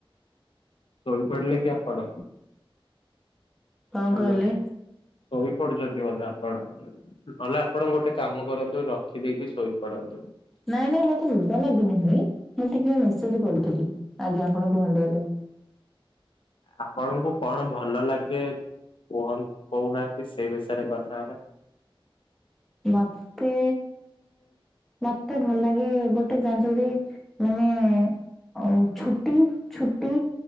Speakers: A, on the left (about 65°); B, in the centre.
A: ଶୋଇପଡିଲେ କି ଆପଣ?
B: କଣ
A: ହାଲୋ
B: କହିଲେ
A: ଶୋଇପଡୁଛନ୍ତି ବୋଧେ ଆପଣ? ନହେଲେ ଆପଣ ଗୋଟେ କାମ କରନ୍ତୁ ରଖିଦେଇକି ଶୋଇପଡ଼ନ୍ତୁ।
B: ନାଇଁ ନାଇଁ ମତେ ନିଦ ଲାଗି ନାହିଁ ମୁଁ ଟିକେ ମେସେଜ କରୁଥିଲି, ଆଜ୍ଞା ଆପଣ କୁହନ୍ତୁ ଏବେ।
A: ଆପଣଙ୍କୁ କଣ ଭଲ ଲାଗେ କୁହନ କହୁନାହାନ୍ତି ସେଇ ବିଷୟରେ କଥା ହବା।
B: ମତେ ମତେ ଭଲ ଲାଗେ ଗୋଟେ ଜାଣିଛନ୍ତି ମାନେ ଓ ଛୁଟି ଛୁଟି